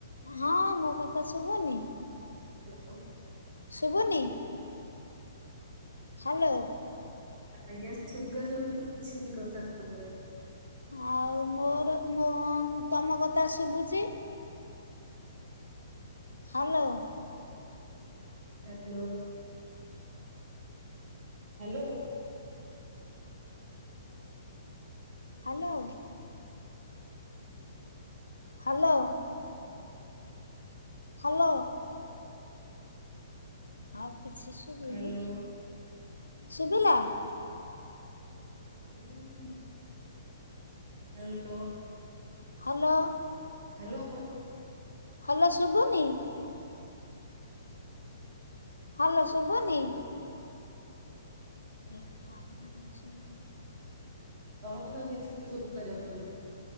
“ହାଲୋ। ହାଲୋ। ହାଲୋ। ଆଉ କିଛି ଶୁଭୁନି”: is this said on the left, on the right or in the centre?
Left